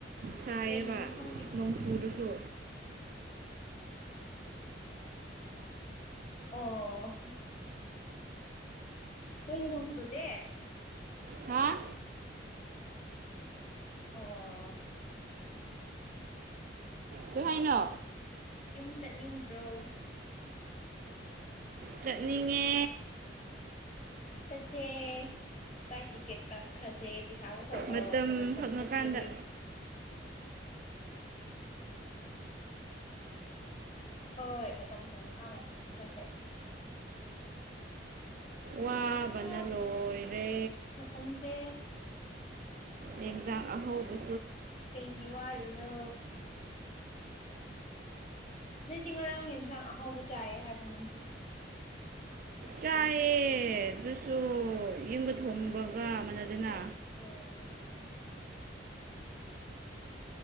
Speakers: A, on the right; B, on the left.
A: ꯁꯥꯏꯌꯦꯕ
B: ꯀꯩꯒꯤꯅꯣ ꯈꯪꯗꯦ
A: ꯅꯣꯡꯆꯨꯗꯁꯨ
B: ꯑꯣ ꯇꯨ ꯂ ꯆꯣ ꯗꯦ
A: ꯍꯥ
B: ꯑꯥ
A: ꯀꯥꯏꯅꯣ
B: ꯌꯨꯝ ꯆꯠꯅꯤꯡꯗ꯭ꯔꯣ
A: ꯆꯠꯅꯤꯡꯉꯦ
B: ꯇꯆ ꯀꯥꯏ ꯇꯤꯛꯦꯠ ꯀ ꯈꯥꯁꯦ ꯄꯩꯁꯥ ꯁ
A: ꯃꯇꯝ
B: ꯑꯗꯨꯒ ꯆꯁ
A: ꯐꯪꯉꯀꯥꯟꯗ
B: ꯍꯣꯏ ꯃꯇꯝ ꯈꯪ ꯈꯪ ꯆꯠꯂꯁꯦ
A: ꯋꯥꯕꯅ
B: ꯍꯥ
A: ꯂꯣꯏꯔꯦ
B: ꯃꯇꯝꯁꯦ
A: ꯌꯦꯟꯁꯥꯡ ꯑꯍꯧꯕ
B: ꯀꯩꯗꯤ ꯋꯥꯔꯤꯅ ꯅꯗꯤ ꯉꯔꯥꯡ ꯌꯦꯟꯁꯥꯡ ꯑꯍꯥꯎꯕ ꯆꯥꯏꯌꯦ ꯍꯥꯏꯕ ꯅꯪꯁꯨ
A: ꯆꯥꯏꯑ ꯑꯗꯨꯁꯨ ꯌꯨꯝꯒ ꯊꯣꯡꯕꯒ ꯃꯅꯗꯅ
B: ꯑꯣ